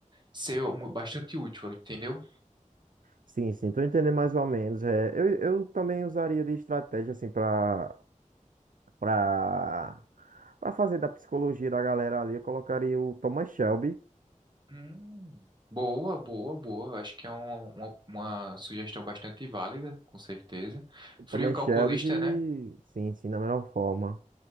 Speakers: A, on the right (about 35°); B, on the right (about 80°).
A: ser mu- bastante útil, entendeu?
B: Sim, sim, tô entendendo mais ou menos. É, eu, eu também usaria de estratégia, assim, pra Pra, pra fazer da psicologia da galera ali, eu colocaria o Thomas Shelby.
A: Hum, boa, boa, boa. Acho que é uma, uma, uma sugestão bastante válida, com certeza.
B: O
A: Frio
B: Thomas
A: calculista,
B: Shelby,
A: né?
B: e, sim, sim, da melhor forma.